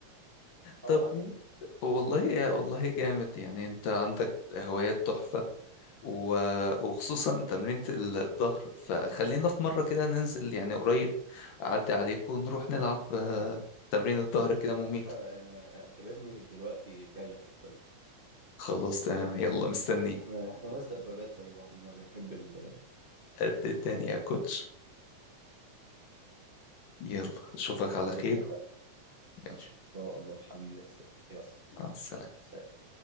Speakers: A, on the right; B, on the left.
A: حرام
B: طب
A: عليكم
B: والله والله جامد يعني أنت عندك هوايات تحفة و- وخصوصا تمرينة الظهر فخلينا في مرة كده ننزل يعني قريب أعدي عليك ونروح نلعب آه، تمرين الظهر كده مميت
A: باشا انا اعتبرني دلوقتي جاي لك في الطريق
B: خلاص تمام يلا مستنيك
A: احنا احنا ناس دبابات زي بعضينا بنحب الحبيب
B: قد الدنيا يا كوتش يلا أشوفك على خير
A: اتفقنا
B: يلا
A: ان شاء الله حبيبي يا حسين يلا
B: مع السلامة
A: سلام